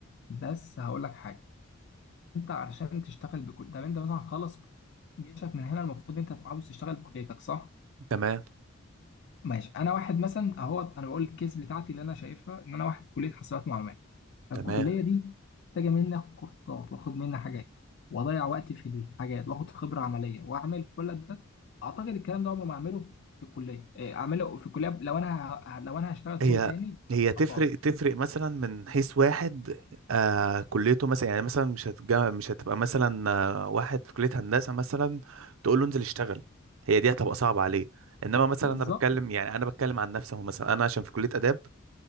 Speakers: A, on the left; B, on the right.
A: بس هقول لك حاجة انت علشان تشتغل بكل طب انت مثلا خلص جيشك من هنا المفروض انت عاوز تشتغل بكليتك صح؟
B: تمام
A: ماشي انا واحد مثلا اهو انا بقول الكيس بتاعتي اللي انا شايفها ان انا واحد في كلية حاسبات معلومات فالكلية
B: تمام
A: دي محتاجة مني آخد كورسات وآخد مني حاجات وأضيع وقتي في الحاجات وآخد خبرة عملية وأعمل كل ده أعتقد الكلام ده عمره ما أعمله في الكلية إيه، أعمله في الكلية لو أنا ه- لو أنا هشتغل
B: هي
A: شغل تاني
B: هي
A: فببقى
B: تفرق
A: فاضي
B: تفرق مثلا من حيث واحد آه كليته مثلا يعني مثلا مش هتجا مش هتبقى مثلا آه واحد في كلية هندسة مثلا تقول له انزل اشتغل هي دي هتبقى صعبة عليه انما مثلا
A: بالظبط
B: انا بتكلم يعني انا بتكلم عن نفسي اهو مثلا انا عشان في كلية آداب